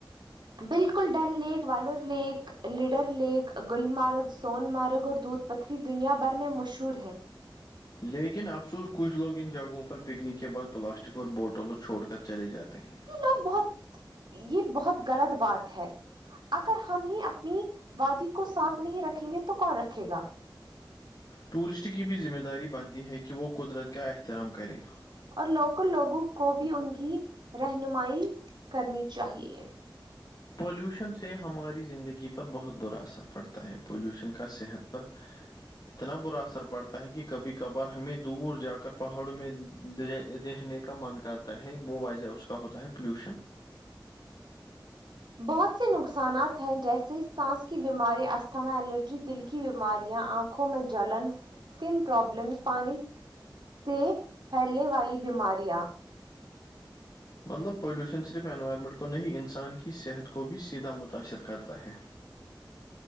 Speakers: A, on the right; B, on the left.
A: بالکل Dal lake Wular lake Lidder lake گلمارو Sonamarg اور دودھ پتری دنیا بھر میں مشہور ہے
B: لیکن افسوس کچھ لوگ ان جگہوں پر پکنک کے بعد پلاسٹک اور بوٹلوں چھوڑ کر چلے جاتے ہیں
A: یہ بہت یہ بہت غلط بات ہے اگر ہم ہی اپنی وادی کو صاف نہیں رکھیں گے تو کون رکھے گا
B: ٹورسٹ کی بھی ذمہ داری بنتی ہے کہ وہ قدرت کا احترام کرے
A: اور لوکل لوگوں کو بھی ان کی رہنمائی کرنی چاہیے
B: پلیوشن سے ہماری زندگی پر بہت برا اثر پڑتا ہے پولیوشن کا صحت پر اتنا برا اثر پڑتا ہے کہ کبھی کبھار ہمیں دور جا کر پہاڑوں میں رہنے کا من کرتا ہے وہ وجہ اس کا ہوتا ہے پلیوشن
A: بہت سے نقصانات ہیں جیسے سانس کی بیماری استھما الرجی دل کی بیماریاں آکھ آنکھوں میں جلن اسکن پرابلمس پانی سے پھیلنے والی بیماریاں
B: مطلب پولیوشن صرف انوائرمنٹ کو نہیں انسان کی صحت کو بھی سیدھا متاثر کرتا ہے